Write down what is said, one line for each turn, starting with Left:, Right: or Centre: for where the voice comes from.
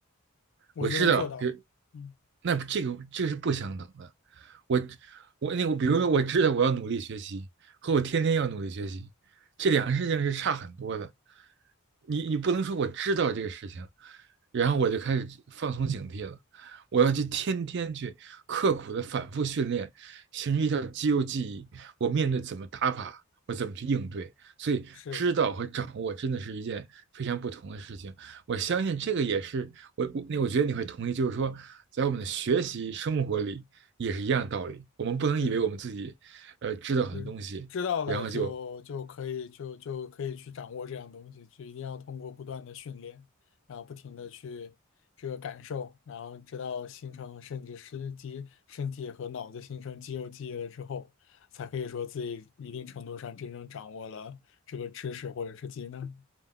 Left: 我就能做到。
Right: 我知道，比如
Left: 嗯，
Right: 那这个这个是不相等的。我我那个，比如说我知道我要努力学习，和我天天要努力学习，这两个事情是差很多的。你你不能说我知道这个事情，然后我就开始放松警惕了。我要去天天去刻苦的反复训练，形成一条肌肉记忆。我面对怎么打法，我怎么去应对。所以，
Left: 是
Right: 知道和掌握真的是一件非常不同的事情。我相信这个也是我我那我觉得你会同意，就是说，在我们的学习生活里也是一样的道理。我们不能以为我们自己呃知道很多东西，
Left: 是的。就知道了就就可以就就可以去掌握这样东西，
Right: 然后就
Left: 就一定要通过不断的训练，然后不停的去这个感受，然后直到形成甚至是肌身体和脑子形成肌肉记忆了之后，才可以说自己一定程度上真正掌握了这个知识或者是技能。